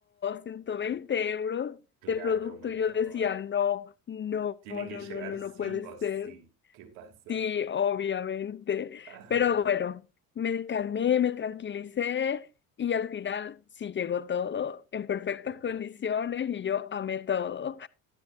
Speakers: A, on the left; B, on the right.
A: ciento veinte euros
B: Claro,
A: de producto
B: un montón.
A: y yo decía, no, no,
B: Tiene
A: no,
B: que llegar
A: no, no,
B: sí
A: no puede
B: o sí.
A: ser.
B: ¿Qué pasa?
A: Sí, obviamente.
B: <laughs>
A: Pero bueno, me calmé, me tranquilicé y al final sí llegó todo en perfectas
B: Total.
A: condiciones y yo amé todo.